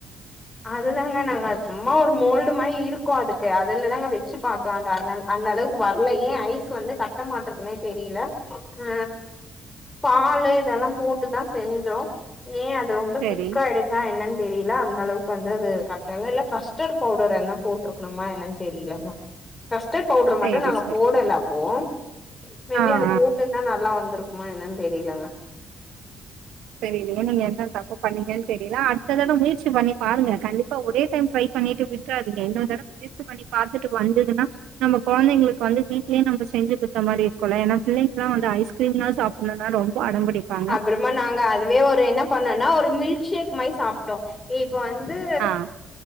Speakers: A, on the left; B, on the right.
A: அதுதாங்க நாங்க சும்மா ஒரு மோல்டு மாதிரி இருக்கும் அதுக்கு அதுலதாங்க வச்சு பார்த்தோம் அந்த அந்த அந்த அளவுக்கு வர்ல ஏன் ஐஸ் வந்து கட்ட மாட்டதுன்னே தெரியல அ பாலு இதெல்லாம் போட்டுதான் செஞ்சோம் ஏன் அது ரொம்ப
B: சேரி
A: திக்கா ஆயிடுச்சா என்னன்னு தெரியல ஹலோ வந்து அது கட்டல இல்ல கஸ்டர்ட் பவுடர் எல்லா போட்டிருக்கணுமா என்னன்னு தெரியல கஸ்டர்ட் பவுடரு மட்டும்
B: சேரி
A: நாங்க
B: சேரி.
A: போடலஅப்போ மே
B: ஆ
A: பி அதை
B: ஆ
A: போட்டு இருந்தாலும் நல்லா வந் துருக்குமா என்னன்னு தெரியலங்க
B: சரி இனிமே நீங்க என்ன தப்ப பண்ணீங்கன்னு தெரியல அடுத்த தடம் முயற்சி பண்ணி பாருங்க கண்டிப்பா ஒரே டைம் ட்ரை பண்ணிட்டு விட்டுறாதீங்க இன்னொரு தடம் முயற்சி பண்ணி பார்த்துட்டு வந்ததுன்னா நம்ம குழைங்களுக்கு வந்து வீட்லேயே நம்ப செஞ்ச குடுத்த மாதிரி இருக்கல்ல ஏனா பிள்ளைங்களல்லாம் வந்து ஐஸ்கிரீம்லாம் சாப்பிடணும்னா ரொம்ப அடம் பிடிப்பாங்க
A: அப்புறமா நாங்க அதுவே ஒரு என்ன பண்ணோனா ஒரு மில்சேக் மாதிரி சாப்ட்டோ இப்ப ஒன் ந்து
B: ஆ